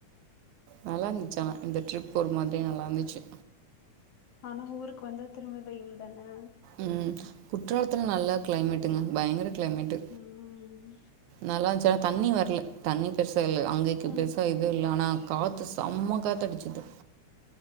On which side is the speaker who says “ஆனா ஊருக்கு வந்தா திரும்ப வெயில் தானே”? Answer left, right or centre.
Left